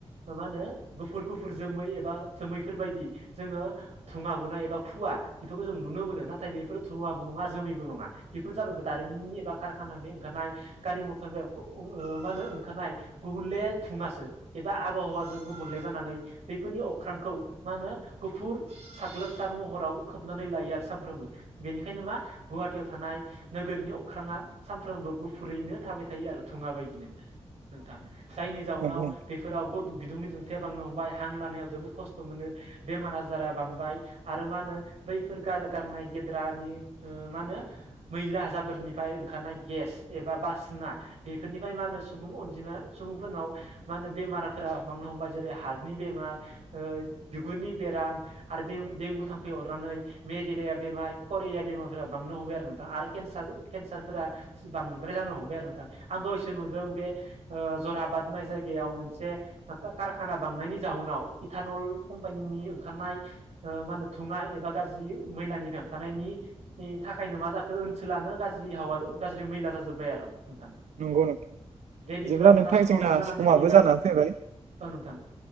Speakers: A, on the right (about 70°); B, on the right (about 85°).
A: ओ मा होनो गुफुर गुफुर जोमै एबा सोमैफोर बायदि जोङो थुङा गुनाय एबा खुवा बेफोरखौ जों नुनो मोनो नाथाय बेफोर थुवाबो नङा जोमैबो नङा बेफोर जाबाय दार मिन बा कारखानानि ओंखारनाय गारि मथरनि अ ओ मा होनो ओंखारनाय गुबेंले थुंवा सो एबा आबहावाजों गुनले जानानै बेफोरनि अख्रांखौ मा होनो गुफुर साग्लोबसार महराव खोबनानै लायो आरो सामफ्रोमबो बेनिखायनो मा गुवाटियाव थानाय नो गोरनि अख्राङा सामफ्रोमबो गुफुरैनो थाबाय थायो आरो थुङा बायदिनो नोंथां जायनि जाउनाव
B: नंगौ
A: बेफोराव बदु-बिदुंनि दुंथाया बांनो हमबाय हां लानायाव जोबोद खस्थ' मोनो बेमार आ जारा बांबाय आरो मा होनो बैफोर गा- गारनाय गेद्रानि ओ मा होनो मै ला जाबोरनिफ्राय ओंखारनाय गेस एबा बासिना बेफोरनिफ्राय मा होनो सुबुं अनजिमा सुबुंफो रनाव मा होनो बेमाराफोरा बांनो हमबाय जेरै हार्टनि बेमार ओ बिगुरनि बेराम आरो देंगु थाम्फै अरनानै मेलेरिया बेमार करेरिया बेमारफोरा बांनो हमबाय आरो नोंथां आरो के नसार केनसारफोर बांद्राय जानो हमबाय आरो नोंथां आं दहायसो नुदों बे जराबाद होननाय जायगायाव मोनसे कारखाना बांनायनि जाहनाव इटानल कम्पानिनि ओंखारनाय ओ मा होनो धुङा एबा गाज्रि मैलानि बेंखनायनि थाखायनो मा जाखो ओनसोला नो गाज्रि हावा गाज्रि मैला जाजोब्बाय आरो नोंथां
B: नंगौ नोंथां
A: दे बिदिबा
B: बिदिब्ला
A: नोंथां समावथ
B: जोंना
A: जानानै
B: समाबो
A: फैबाय
B: जानानै
A: औ
B: फैबाय
A: नोंथां